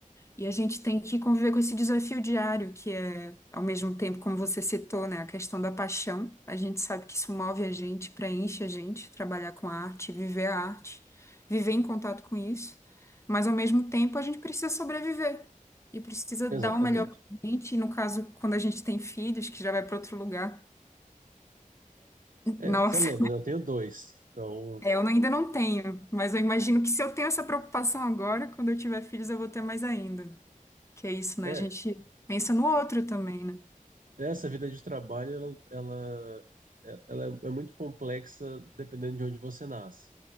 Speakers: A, on the left; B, on the right.
A: E a gente tem que conviver com esse desafio diário, que é, ao mesmo tempo, como você citou, né, a questão da paixão. A gente sabe que isso move a gente, preenche a gente, trabalhar com a arte, viver a arte, viver em contato com isso. Mas, ao mesmo tempo, a gente precisa sobreviver e precisa
B: exatamente.
A: dar o melhor para a gente. E, no caso, quando a gente tem filhos, que já vai para outro lugar.
B: É,
A: <laughs> Nossa,
B: você lembra, né? Eu tenho dois. Então,
A: é, eu ainda não tenho, mas eu imagino que se eu tenho essa preocupação agora, quando eu tiver filhos, eu vou ter mais ainda. Que é isso,
B: é,
A: né? A gente pensa no outro também, né?
B: essa vida de trabalho, ela, ela, é, ela é é muito complexa dependendo de onde você nasce.